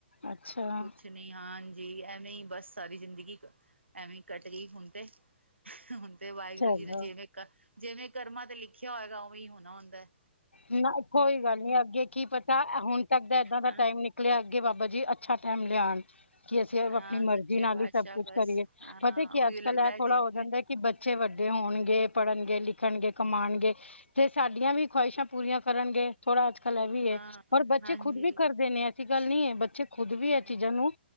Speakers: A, on the left; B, on the right.
A: ਅੱਛਾ
B: ਕੁਛ ਨੀ ਹਾਂਜੀ ਐਵੇਂ ਹੀ ਬਸ ਸਾਰੀ ਜ਼ਿੰਦਗੀ। ਐਵੀਂ ਕੱਟ ਗਈ ਹੁਣ ਤੇ। ਹੁਣ ਤੇ ਵਾਹਿਗੁਰੂ
A: ਚਲੋ
B: ਜੀ ਨੇ ਜਿਵੇਂ ਜਿਵੇਂ ਕਰਮਾਂ ਤੇ ਲਿਖਿਆ ਹੋਏਗਾ ਉਵੇਂ ਹੀ ਹੋਣਾ ਹੁੰਦਾ ਹੈ।
A: ਨਾ ਕੋਈ ਗੱਲ ਨੀ ਅੱਗੇ ਕੀ ਪਤਾ ਹੁਣ ਤੱਕ ਦਾ ਏਦਾਂ ਦਾ
B: ਹਾਂ
A: ਟਾਈਮ ਨਿਕਲਿਆ ਅੱਗੇ । ਬਾਬਾ ਜੀ ਅੱਛਾ ਟਾਈਮ ਲਿਆਉਣ। ਕਿ ਅਸੀਂ
B: ਹਾਂ
A: ਆਪਣੀ ਮਰਜ਼ੀ
B: ਸੱਚੇ
A: ਨਾਲ
B: ਪਾਤਸ਼ਾਹ
A: ਹੀ ਸਭ ਕੁੱਛ
B: ਬਸ
A: ਕਰੀਏ।
B: ਹਾਂ
A: ਪਤਾ ਕੀ
B: ਉਹੀਓ
A: ਆ ਅੱਜ
B: ਲੱਗਦਾ
A: ਕੱਲ੍ਹ ਇਹ
B: ਹੈ ਕਿ
A: ਥੋੜ੍ਹਾ
B: ਆਪਣੇ
A: ਹੋ ਜਾਂਦਾ ਕਿ ਬੱਚੇ ਵੱਡੇ। ਵੱਡੇ ਹੋਣਗੇ ਪੜ੍ਹਨਗੇ, ਲਿਖਣਗੇ, ਕਮਾਉਣਗੇ ਤੇ ਸਾਡੀਆਂ ਵੀ ਖਵਾਹਿਸ਼ਾਂ ਪੂਰੀਆਂ ਕਰਨਗੇ। ਥੋੜਾ ਅੱਜ ਕੱਲ੍ਹ ਇਹ ਵੀ
B: ਹਾਂ
A: ਹੈ ਪਰ ਬੱਚੇ
B: ਹਾਂਜੀ
A: ਖੁਦ ਵੀ ਕਰਦੇ ਨੇ ਐਸੀ ਗੱਲ ਨਹੀਂ ਹੈ ਬੱਚੇ। ਖੁਦ ਵੀ ਇਹ
B: ਹਾਂਜੀ
A: ਚੀਜ਼ਾਂ ਨੂੰ